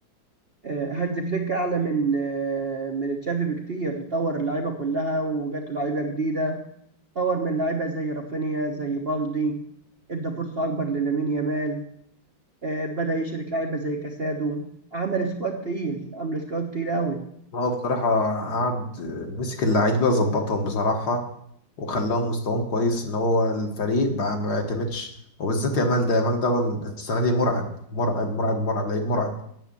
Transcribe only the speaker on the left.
هو بصراحة قعد مسك اللعيبة ظبطهم بصراحة وخلاهم مستواهم كويس ان هو الفريق بقى ما بيعتمدش وبالذات يامال ده يامال ده بقى السنة دي مرعب مرعب مرعب مرعب لعيب مرعب